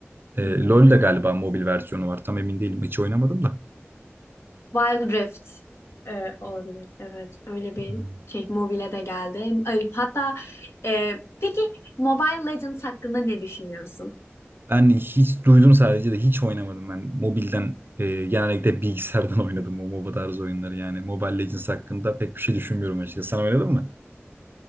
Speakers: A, on the right; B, on the left.
A: E,
B: Hı hı.
A: LoL de galiba mobil versiyonu var. Tam emin değilim. Hiç oynamadım da.
B: Wild Rift e, olabilir. Evet, öyle bir
A: Hmm.
B: şey mobile de geldi. Ay, hatta e, peki Mobile Legends hakkında ne düşünüyorsun?
A: Ben hiç duydum sadece de hiç oynamadım ben. Mobilden e, genellikle bilgisayardan <laughs> oynadım o MOBA tarzı oyunları yani. Mobile Legends hakkında pek bir şey düşünmüyorum açıkçası. Sen oynadın mı?